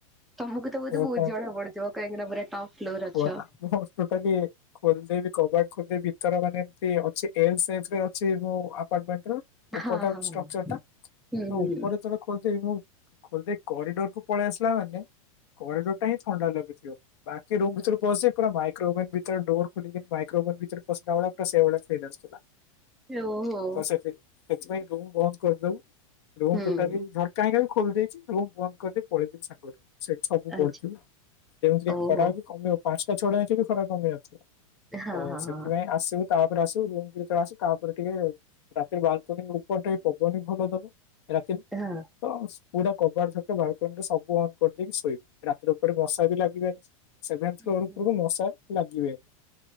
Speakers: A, in the centre; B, on the left.
A: ତମକୁ ତ ବୋଧେ
B: ମୋର
A: ବହୁତ
B: କଣ
A: ଜଣା ପଡୁଥିବ କାହିଁକିନା ପୁରା ଟପ୍ ଫ୍ଲୋର୍ ରେ
B: କୁହନା
A: ଅଛ।
B: ମୁଁ ଟୋଟାଲି ଖୋଲିଦେବି କବାଟ ଖୋଲିଦେବି ଭିତର ମାନେଏମିତି ଅଛି ଏଲ୍ ସାଇଜ୍ ର ଅଛି ମୋ ଅପାର୍ଟମେଣ୍ଟେ ର। ଉପରଟା
A: ହଁ ହଁ
B: ହେଉଛି
A: ହଁ।
B: ଷ୍ଟ୍ରକ୍ଚର୍ ଟା
A: ହୁଁ
B: ତ
A: ହୁଁ।
B: ଉପରେ ଯେତେବେଳେ ଖେ କରୁଥିବି ମୁଁ ଖୋଲିଦେଇ କରିଡର୍ କୁ ପଳେଇ ଆସିଲା ମାନେ କରିଡର୍
A: ଆଚ୍ଛା
B: ଟା ହିଁ ଥଣ୍ଡା ଲାଗୁଥିବ। ବାକି ରୁମ୍ ଭିତରକୁ
A: ଆଚ୍ଛା।
B: ପସିଯାଇ ପୁରା ମାଇକ୍ରୋ ଓଭନ୍ ଭିତରେ ଡେର୍ ଖୋଲି ଯେମିତି ମାଇକ୍ରୋଓଭନ୍ ଭିତରେ ପଶି। ସେତେବେଳେ ପୁରା ସେ ଭଳିଆ ଫିଲ୍ ଆସୁଥିଲା
A: ଓହୋ
B: ତ ସେଥି ସେଥିପାଇଁ ରୁମ୍ ବନ୍ଦ କରିଦଉ ରୁମ୍
A: ହୁଁ
B: ଟୋଟାଲି ଝରକା ହିଁ ଖାଲି ଖୋ ଖୋଲି ଦେଇଛି ଏବଂ ବନ୍ଦ କରିଦେଇ ପଳେଇଥିଲି ସାଙ୍ଗ ଘରକୁ? ସେଠି ସବୁ
A: ଆଚ୍ଛା
B: ପଡିଥିବୁ ଯେମିତିକୁ
A: ଓହୋ
B: ଖରା କମିବ ପାଞ୍ଚଟା ଛଅ ଟା ଯାଏଁ ବି ଖରା କମିବାର ନାଇ।
A: ହଁ
B: ତ
A: ହଁ
B: ସେଥିପାଇଁ
A: ହଁ
B: ଆସିବୁ ତାପରେ ଆସିବୁ ରୁମକୁ ଯେତେବେଳେ ଆସୁ ତାପରେ ଟିକେ ରାତିରେ ବାଲ୍କୁନି ଉପରଟା ବି ପବନ ଭଲ ଦବ ରାତିରେ
A: ହଁ।
B: ତ ପୁରା କବାଟ ଝରକା ବାଲ୍କନିରେ ସବୁ ଅନ୍ କରିଦେଇକି ଶୋଇବୁ ରାତିରେ ଉପରେ ମଶା ବି ଲାଗିବନି। ସେଭେନ୍ଥ
A: ହୁଁ
B: ଫ୍ଲୋର
A: ହୁଁ।
B: ଉପରକୁ ମଶା ଲାଗିବେନି